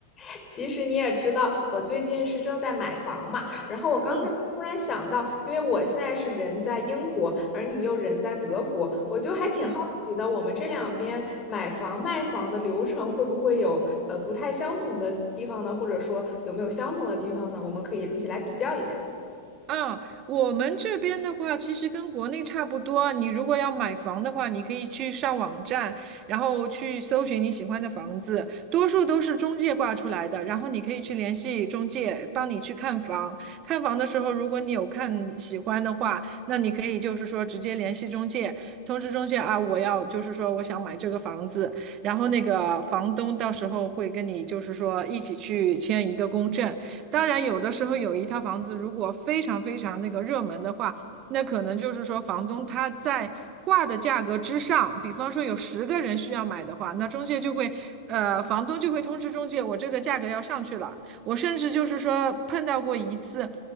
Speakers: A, on the left; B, on the right.
A: <laughs> 其实你也知道，我最近是正在买房嘛，然后我刚才突然想到，
B: 嗯
A: 因为我现在是人在英国，而你又人在德国，我就还挺好奇的，
B: 嗯
A: 我们这两边买房卖房的流程会不会有呃不太相同的地方呢？或者说有没有相同的地方呢？我们可以一起来比较一下。
B: 啊，我们这边的话，其实跟国内差不多。你如果要买房的话，你可以去上网站，然后去搜寻你喜欢的房子，多数都是中介挂出来的。然后你可以去联系中介，帮你去看房。看房的时候，如果你有看喜欢的话，那你可以就是说直接联系中介，通知中介啊，我要就是说我想买这个房子，然后那个房东到时候会跟你就是说一起去签一个公证。当然，有的时候有一套房子如果非常非常那个热门的话，那可能就是说房东他在挂的价格之上，比方说有十个人需要买的话，那中介就会，呃，房东就会通知中介，我这个价格要上去了。我甚至就是说碰到过一次，